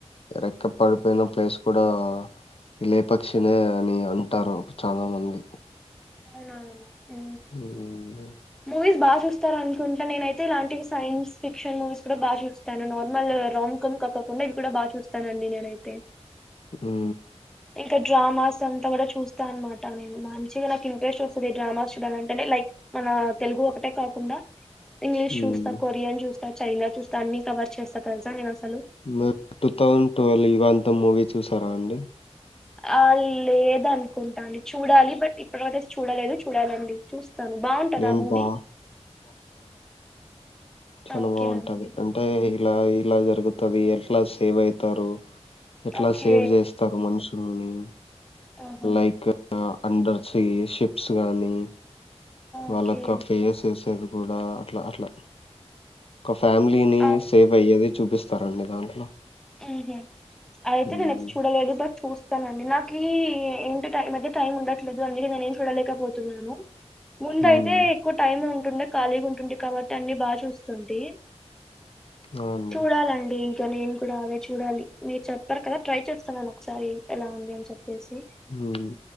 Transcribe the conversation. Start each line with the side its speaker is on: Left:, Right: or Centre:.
Left: రెక్క పడిపోయిన ప్లేస్ కూడా లే పక్షిినే అని అంటారు చాలా మంది
Centre: అవునావును
Left: హ్మ్
Centre: మూవీస్ బాగా చూస్తారా అన్ కుంట నేనైతే ఇలాంటి సైన్స్ ఫిక్షన్ మూవీస్ కూడా బాగా చూస్తాను నార్మల్ రామ్ కొమ్ కక్కకుండా ఇది కూడా బాగా చూస్తానండి నేనైతే
Left: హు
Centre: ఇంకా డ్రామాస్ అంతా కూడా చూస్తా అన్నమా ట నేను మంచిగా నాకు ఇంట్రెస్ట్ వస్తుంది ఈ డ్రామాస్ నింటంటే లైక్ మన తెలుగు ఒకటే కాకుండా ఇంగ్లిష్
Left: హ్మ్
Centre: చూస్తా కొరియన్ చూస్త చైనా చూస్త అన్ని కవర్ చేస్తా తెలుసా నేను అస్
Left: మీరు టు థౌసేండ్ టువెల్ యుగంతంమూవీ చూసారా అండి
Centre: ఆ లేదనుకుంటా అండి చూడాలి బట్ ఇప్పటికతే చూడలేదు చూడాలండి చూస్తాను బాగుంటది
Left: నేను
Centre: ఆ మూవీ
Left: బా చాలా
Centre: ఓకే
Left: బాగుంటది.
Centre: అండి
Left: అంటే ఇలా ఇలా జరుగుతద. ఎట్లా సేవ్ అయితారు? ఎట్లా
Centre: ఓకే
Left: సేవ్ చేస్తారు. మనుష్ ల్ని
Centre: ఆహా
Left: లైక్ అండర్స్ సి షిప్స్ గానీ వాళ్ళక
Centre: ఓకే
Left: పేయసేసేద్ కూడా అట్లా అట్లా. ఒక ఫ్యామిలీని
Centre: ఆ
Left: సేవ్ అయ్యేద్ చూపిస్తారంండి. దాంట్లో
Centre: ఉహ్ హు అయితే
Left: మ్మ్
Centre: నేను ఎప్ చూడలేదు. బట్ చూస్ స్తానండి. నాకు ఈ ఎం టి మధ్య టైం ఉండాట్ ట్లేదు. అందుకే నేనేం చూడలేకపోతున్నాను. ముందైతే
Left: మ్మ్
Centre: ఎక్కువ్ టైం టుండే ఖాళగా ఉంటుండే. ఇప్ కాబట్టి అన్ని బాగా చూస్తుంటి.
Left: ఆ అండి
Centre: చూడాలండి. కానీ ఏం ఇప్పుడు అదే చూడాలి. మీరు చప్ రకద ట్రై చేస్తున్నాను. ఒకసారి ఎలా ఉంది అని చెప్పేసి.
Left: మ్మ్